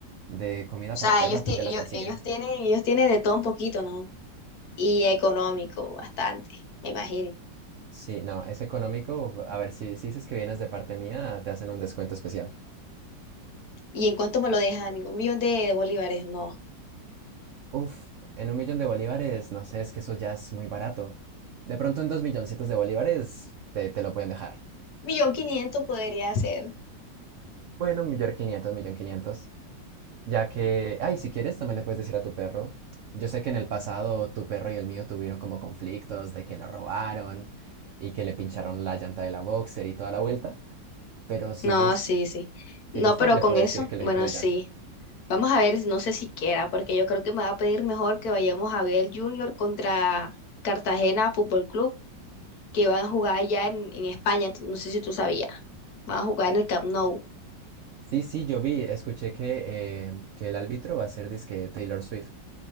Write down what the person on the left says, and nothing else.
sea,
ellos,
ti-
ellos,
ellos tienen, ellos tienen de todo un poquito, ¿no? Y económico, bastante, me imagino.
¿Y en cuánto me lo dejan? Digo, Un millón de bolívares, no.
Millón quinientos podría ser.
No,
sí, sí. No,
pero
con
eso,
bueno,
sí. Vamos a ver, no sé si quiera, porque yo creo que me va a pedir mejor que vayamos a ver el Junior contra Cartagena Fútbol Club, que van a jugar allá en, en España. No sé si tú sabías. Van a jugar en el Camp Nou.